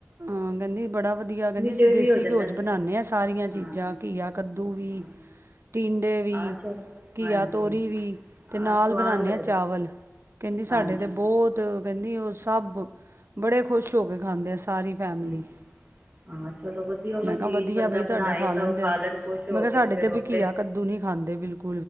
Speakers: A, on the right; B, on the right.
A: ਹਾਂ ਕਹਿੰਦੀ ਬੜਾ ਵਧੀਆ ਕਹਿੰਦੀ ਅਸੀਂ
B: ਇਹ
A: ਦੇਸੀ
B: ਵੀ ਹੋ ਜਾਂਦਾ
A: ਘਿਓ
B: ਨਾ
A: ਚ ਬਣਾਦੇਂ ਹਾਂ ਸਾਰੀਆਂ ਚੀਜ਼ਾਂ
B: ਹਾਂ
A: ਘੀਆ ਕੱਦੂ ਵੀ
B: ਹਾਂ
A: ਟਿਂਡੇ ਘੀ-
B: ਆਹ ਚਲ
A: ਘੀਆ
B: ਹਾਂਜੀ
A: ਤੋਰੀ ਵੀ ਅਤੇ ਨਾਲ
B: ਆਹ ਸਵਾਦ
A: ਬਣਾਉਂਦੇ
B: ਲੱਗਦੇ
A: ਹਾਂ ਚਾਵਲ, ਕਹਿੰਦੀ ਸਾਡੇ
B: ਹਾਂਜੀ
A: ਤਾਂ ਬਹੁਤ ਕਹਿੰਦੀ ਉਸ ਸਭ, ਬੜੇ ਖੁਸ਼ ਹੋ ਕੇ ਖਾਂਦੇ ਸੀ ਸਾਰੀ ਫੈਮਿਲੀ
B: ਹਾਂ ਹਾਂ ਚਲੋ ਵਧੀਆ ਉਹ
A: ਮੈਂ ਕਿਹਾ
B: ਚੀਜ਼
A: ਵਧੀਆ
B: ਬੰਦਾ
A: ਬਈ ਤੁਹਾਡੇ
B: ਬਣਾਏ
A: ਖਾ ਲੈਂਦੇ
B: ਸਭ
A: ਆ
B: ਲੈਣ ਖੁਸ਼ ਹੋ
A: ਮੈਂ ਕਿਹਾ
B: ਕੇ
A: ਸਾਡੇ
B: ਫੇਰ
A: ਤੇ ਬਈ
B: ਆਪੇ
A: ਘੀਆ ਕੱਦੂ ਨੀ ਖਾਂਦੇ ਬਿਲਕੁਲ